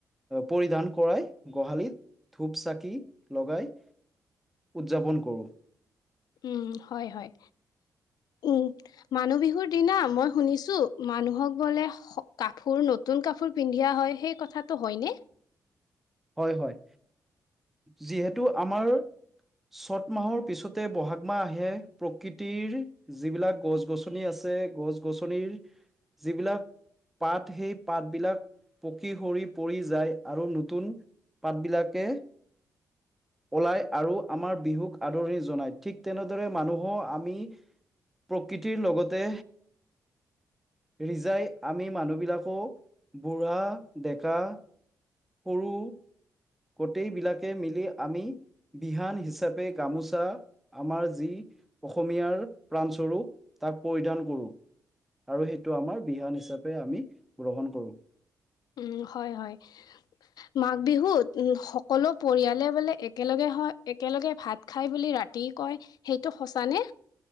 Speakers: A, in the centre; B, on the left (about 85°).
A: পৰিধান কৰাই গোহালিত ধূপ চাকি লগাই উদযাপন কৰোঁ।
B: উম হয় হয় উম। মানুহ বিহুৰ দিনা মই শুনিছো মানুহক বোলে কাপোৰ নতুন নতুন কাপোৰ পিন্ধা হয় সেই কথাটো হয়নে।
A: হয় হয় যিহেতু আমাৰ চ'ত মাহৰ পিছতে বহাগ মাহ আহে প্ৰকৃতিৰ যিবিলাক গছ গছনি আছে গছ গছনিৰ যিবিলাক পাত সেই পাতবলাক পকী সৰি পৰি যায় আৰু সেই নতুন পাত বিলাকে।
B: <inaudible>
A: ওলাই আৰু আমাৰ বিহুক আদৰি জনাই ঠিক তেনেদৰে মানুহো আমি প্ৰকৃতিৰ লগতে ৰিজাই আমি মানুহবিলাকো বুঢ়া ডেকা কৰোঁ। গোটেই বিলাকে মিলি আমি বিহান হিচাপে গামোচা আমাৰ যি অসমীয়াৰ প্ৰাণ স্বৰূপ তাক পৰিধান কৰোঁ। আৰু সেইটো আমাৰ বিহান হিচাপে আমি গ্ৰহণ কৰো।
B: উম হয় হয়। মাঘ বিহুত সকলো পৰিয়ালে বোলে একেলগে হয় একেলগে ভাত খায় বুলি ৰাতি কয় সেইটো সঁচানে?